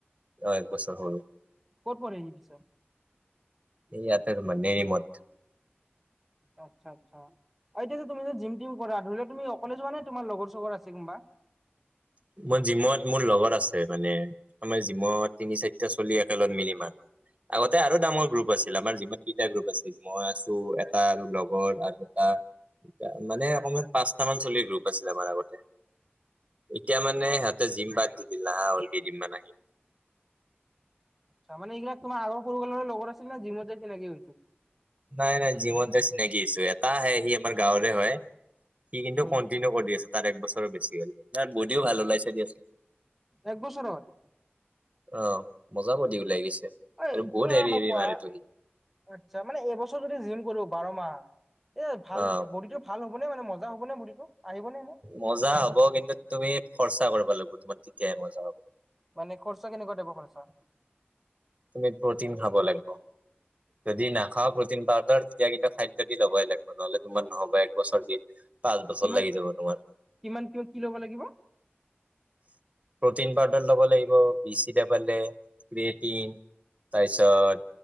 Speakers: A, on the right; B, in the centre.
A: অ', এক বছৰ সৰু
B: ক'ত পঢ়ে সি পিছে
A: এইয়াতে আৰু মানে ৰুমত
B: আচ্ছা, আচ্ছা। এতিয়া যে তুম জিমটিম কৰা ধৰি লোৱা তুমি অকলে যোৱা নে তোমাৰ লগৰ চৰ আছে কোনোবা।
A: মোৰ জিমত মোৰ লগত আছে মানে আমাৰ জিমত তিনি চাৰিটা চলি একেলত মিলি মাৰো। আগতে আৰু ডাঙৰ গ্ৰুপ আছিল আমাৰ জিমত তিনিটা গ্ৰুপ আছিল মই আছো এটা আৰু লগৰ আৰু এটা মানে অকমান পাঁচটা মান চলিৰ গ্ৰুপ আছিলে আমাৰ আগতে এতিয়া মানে
B: হয়
A: সিহঁতে জিম বাদ দি দিলে হা অলপ কেইদিন মান আহি
B: তাৰমানে এইবিলাক তোমাৰ আগৰ সৰুকালৰ লগ আছিলে জিমতে চিনাকী হৈছিল।
A: নাই, নাই জিমত যায় চিনাকি হৈছো এটা আহে সি আমাৰ গাঁৱৰে হয়। সি কিন্তু
B: উম
A: কণ্টিনিউ কৰি দি আছে তাৰ এক বছৰৰ বেছি হ'ল তাৰ বডিও ভাল ওলাইছে দিয়াচোন।
B: এক বছৰত।
A: অ', মজা বডি ওলাই গৈছে।
B: ঐ
A: আৰু বহুত
B: তুমি এটা
A: হেভি
B: কথা
A: হেভি
B: কোৱা
A: মাৰেতো সি
B: আচ্ছা মানে এবছৰ যদি জিম কৰো বাৰ মাহ এই ভাল
A: অ
B: বডিটো ভাল হ'বনে মানে মজা হ'বনে বডিটো আহিব নে?
A: মজা হ'ব কিন্তু তুমি খৰচা কৰিব লাগিব তোমাৰ তেতিয়াই মজা হ'ব।
B: মানে খৰচা কেনেকুৱা টাইপ খৰচা?
A: তুমি প্ৰটিন খাব লাগিব যদি নাখাওঁ প্ৰটিন পাউদাৰ তেতিয়া কিন্তু খাদ্য লবই লাগিব নহ'লে তোমাৰ নহ'ব একবছৰ কি পাঁচ বছৰ
B: কিমান
A: লাগি যাব। তোমাৰ
B: কিমান কিমান কি ল'ব লাগিব।
A: <inaudible> প্ৰটিন পাউদাৰ ল'ব লাগিব বি চি পে ক্ৰেটিন তাৰপিছত